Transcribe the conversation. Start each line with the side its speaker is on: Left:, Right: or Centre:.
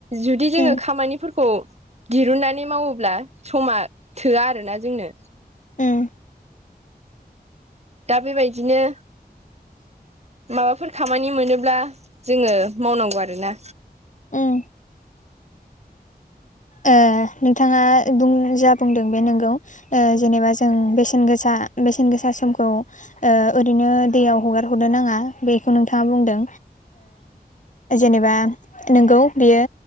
Right: जुदि जोङो
Left: उम
Right: खामानिफोरखौ। दिरुननानै मावोब्ला समा थोआ आरोना जोंनो।
Left: उम
Right: दा बेबायदिनो माबाफोर खामानि मोनोब्ला जोङो मावनांगौ आरोना।
Left: उम ओ नोंथाङा बुं जा बुंदों बे नोंगौ। ओ जेनेबा जों बेसेन गोसा बेसेन गोसा समखौ। ओ ओरैनो दैयाव हगार हरनो नाङा बेखौ नोंथाङा बुंदों। जेनेबा नोंगौ बियो